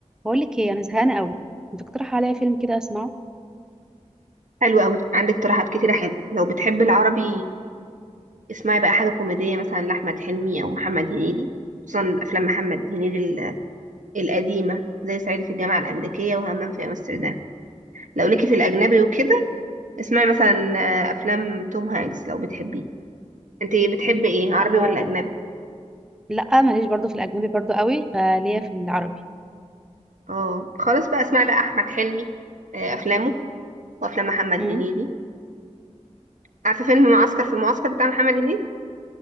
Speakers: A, in the centre; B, on the right (about 80°).
A: بقول لك ايه انا زهقانه قوي انت تقترح عليا فيلم كده اسمعه
B: حلو قوي عندك اقتراحات كتيرة حلوة لو بتحب العربي اسمعي بقى حاجة كوميدية مثلا لأحمد حلمي أو محمد هنيدي خصوصا أفلام محمد هنيدي ال- القديمة زي صعيدي في الجامعة الأمريكية وهمام في أمستردام لو ليكي في الأجنبي وكده اسمعي مثلا آه، أفلام توم هانكس لو بتحبيه انت بتحبي ايه عربي
A: آه،
B: ولا أجنبي
A: لا ماليش برضو في الاجنبي برضو قوي فليا في العربي
B: اه خلاص بقى اسمعي بقى أحمد حلمي آه، أفلامه وأفلام محمد
A: امم
B: هنيدي عارفة فيلم معسكر في المعسكر بتاع محمد هنيدي